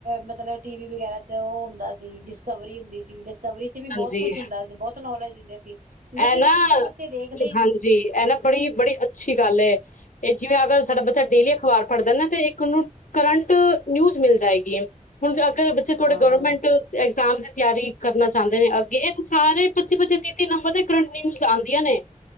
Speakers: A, on the right; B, on the left.
A: ਮਤਲਬ ਟੀਵੀ ਵਗੈਰਾ ਚ ਉਹ ਹੁੰਦਾ ਸੀ ਡਿਸਕਵਰੀ ਹੁੰਦੀ ਸੀ। ਸਬਰੀ ਚ
B: ਹਾਂਜੀ
A: ਵੀ ਬਹੁਤ ਕੁਛ ਹੁੰਦਾ ਸੀ, ਬਹੁਤ ਨੌਲੇਜ ਦਿੰਦੇ ਸੀ ਲੇਕਿਨ
B: ਇਹ ਨਾ
A: ਅੱਜ ਕੱਲ੍ਹ ਬੱਚੇ ਦੇਖਦੇ ਹੀ ਨਹੀਂ
B: ਹਾਂਜੀ ਇਹ ਨਾ ਬੜੀ ਬੜੀ ਅੱਛੀ ਗੱਲ ਹੈ, ਇਹ ਜਿਵੇਂ ਅਗਰ ਸਾਡਾ ਬੱ ਜਦ ਡੇਲੀ ਅਖ਼ਬਾਰ ਪੜ੍ਹਦਾ ਨਾ ਤੇ ਇੱਕ ਔਨੂੰ ਕਰੰਟ, ਨਿਊਜ ਮਿਲ ਜਾਏਗੀ, ਹੁਣ ਅਗਰ ਬੱਚੇ ਥੋੜੇ
A: ਹਾਂ
B: ਗਵਰਮੈਂਟ ਐਗਜ਼ਾਮ ਦੀ ਤਿਆਰੀ ਕਰਨਾ। ਜਾਂਦੇ ਨੇ ਅੱਗੇ ਇਹ ਤਾਂ ਸਾਰੇ ਪੱਚੀ-ਪੱਚੀ, ਤੀਹ- ਤੀਹ ਨੰਬਰ ਤੇ ਕਰੰਟ ਨਿਊਜ਼ ਆਦੀਆਂ ਨੇ।